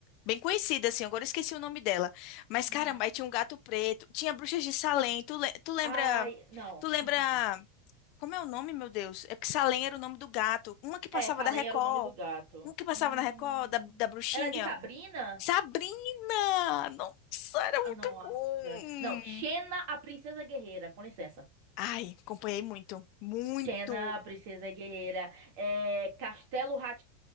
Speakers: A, on the left; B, on the right.
A: bem conhecida, assim, agora eu esqueci o nome dela. Mas
B: uhum.
A: caramba, aí tinha um gato preto, tinha bruxas de Salem, tu, le- tu lembra,
B: Ai, não.
A: tu lembra,
B: <laughs>
A: como é o nome, meu Deus? É porque Salem era o nome do gato, uma que passava
B: É, Salem
A: da Record,
B: era o nome do gato.
A: uma que passava
B: Hum,
A: na Record, da, da bruxinha,
B: era de Sabrina?
A: Sabrina! Nossa, era muito
B: Ah, Nossa.
A: bom!
B: Não, Xena, a Princesa Guerreira. Com licença.
A: Ai, acompanhei muito, muito.
B: Xena, a Princesa Guerreira. É, Castelo rá